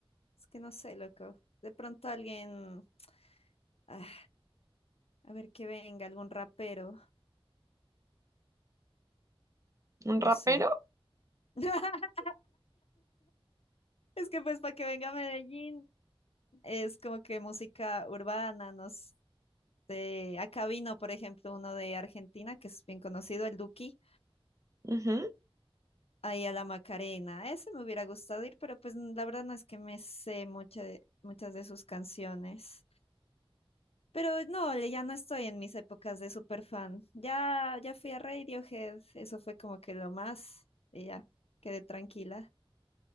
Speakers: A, on the left (about 80°); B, on the right (about 30°).
A: es que no sé, loco. De pronto alguien, ah, a ver que venga, algún rapero,
B: ¿Un
A: no
B: rapero?
A: sé. <laughs> Es que pues para que venga a Medellín es como que música urbana, no sé. Acá vino, por ejemplo, uno de Argentina que es bien conocido, el Duki,
B: Ujú.
A: ahí a la Macarena. Ese me hubiera gustado ir, pero pues la verdad no es que me sé mucha de- muchas de sus canciones. Pero no, le- ya no estoy en mis épocas de super fan. Ya, ya fui a Radiohead, eso fue como que lo más, y ya, quedé tranquila.